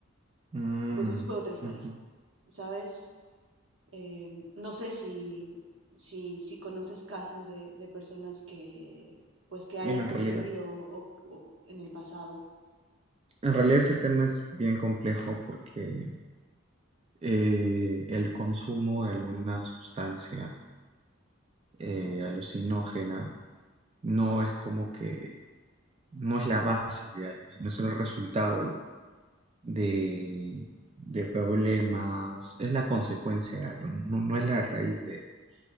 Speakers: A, on the right; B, on the right.
A: Mm,
B: pues fue otra historia,
A: ujú.
B: ¿sabes? Em, no sé si, si, si conoces casos de, de personas que pues que hayan
A: Mira, en
B: consumido
A: realidad,
B: o- o en el pasado.
A: en realidad este tema es bien complejo porque eh, el consumo de alguna sustancia eh, alucinógena no es como que, no es la base de algo, sino es el resultado de, de problemas, es la consecuencia de algo, no, no es la raíz de